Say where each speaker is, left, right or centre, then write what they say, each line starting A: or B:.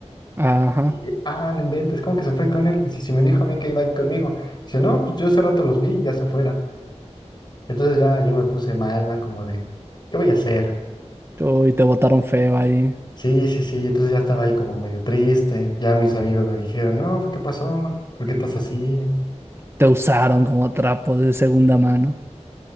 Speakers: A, on the right; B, on the left.
A: Ajá.
B: Dije, ah, no inventes, ¿cómo que se fue con él? Dice, si me dijo a mí que iba a ir conmigo. Dice, no, pues yo hace rato los vi y ya se fueron. Entonces ya yo me puse mal, ¿no? Como de, ¿qué voy a hacer?
A: Uy, te botaron feo ahí.
B: Sí, sí, sí. Entonces ya estaba ahí como medio triste. Ya mis amigos me dijeron, no, ¿qué pasó? ¿Por qué estás así?
A: Te usaron como trapo de segunda mano.